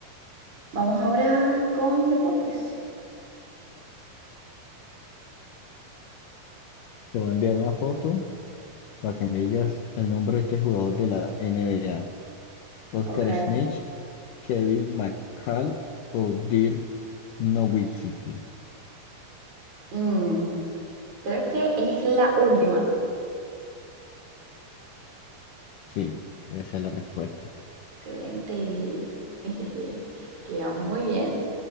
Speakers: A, on the right (about 50°); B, on the left (about 70°).
A: Vamos ahora con deportes.
B: Te voy a enviar una foto. para que me digas el nombre de este jugador de la NBA. Oscar
A: Ok.
B: Schmidt, Kevin McHale o Dirk Nowitzki.
A: Mm, creo que es la última.
B: Sí, esa es la respuesta.
A: Excelente. <laughs> Jejeje. Queda muy bien.